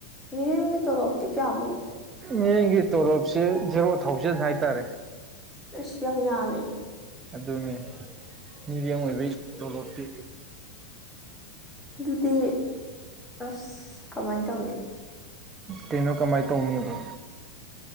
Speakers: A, in the centre; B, on the right.
A: ꯃꯤꯔꯝꯒꯤ ꯇꯔꯞꯗꯤ ꯑꯃꯨꯛ
B: ꯃꯤꯒꯤ ꯇꯣꯂꯣꯞꯁꯤ ꯖꯦꯔꯣ ꯊꯥꯎꯖꯟ ꯍꯥꯏꯇꯥꯔꯦ
A: ꯁꯝ ꯌꯥꯃꯦ
B: ꯑꯗꯨꯅꯤ ꯃꯤꯗꯤꯝ ꯑꯣꯏꯕꯩ ꯇꯣꯂꯣꯞꯇꯤ
A: ꯑꯗꯨꯗꯤ ꯑꯁ ꯀꯃꯥꯏꯅ ꯇꯧꯅꯤ
B: ꯇꯩꯅꯣ ꯀꯃꯥꯏꯇꯣ ꯎꯗ